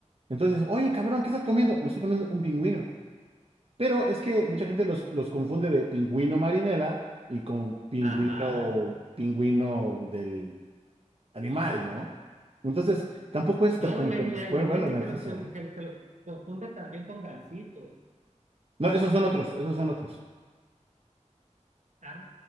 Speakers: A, on the right (about 50°); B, on the right (about 70°).
A: Entonces, oye, cabrón, ¿qué estás comiendo? Me estoy comiendo un pingüino. Pero es que mucha gente los, los confunde de pingüino marinela y con pingüino,
B: Ajá.
A: pingüino del animal, ¿no? Entonces, tampoco es
B: No,
A: tan como
B: y hay,
A: que
B: y hay-
A: bueno,
B: y hay
A: bueno,
B: gente
A: la noticia,
B: que los, con-
A: ¿eh?
B: que, que los confunde también con gansitos.
A: No, esos son otros, esos son otros.
B: Ah,